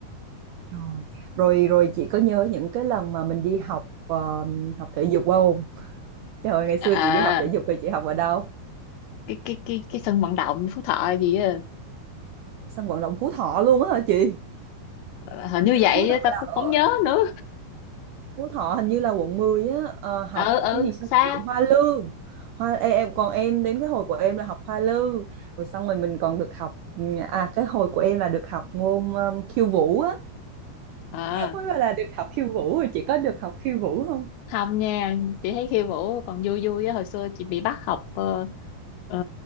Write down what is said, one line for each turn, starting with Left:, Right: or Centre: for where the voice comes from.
Right: trời rồi rồi chị có nhớ những cái lần mà mình đi học ờ, học thể dục không trời ơi, ngày xưa
Left: à
Right: chị đi học
Left: à,
Right: thể dục thì chị học ở đâu
Left: cái cái cái cái sân vận động Phú Thọ gì á
Right: sân vận động Phú Thọ luôn á hả chị
Left: Ờ, hình như vậy
Right: Phú Thọ
Left: á, ta
Right: là
Left: cũng
Right: ở
Left: không nhớ nữa
Right: Phú Thọ hình như là quận 10 á ờ, học
Left: ừ ừ
Right: cái gì sân
Left: xa
Right: vận động Hoa Lư Hoa ê, em còn em đến cái hồi của em là học Hoa Lư rồi xong rồi mình còn được học ừ, à cái hồi của em là được học môn ờ, khiêu vũ á
Left: à
Right: Mới bảo là được học khiêu vũ rồi chị có được học khiêu vũ không?
Left: không nha chị thấy khiêu vũ còn vui vui á hồi xưa chị bị bắt học ờ, ờ,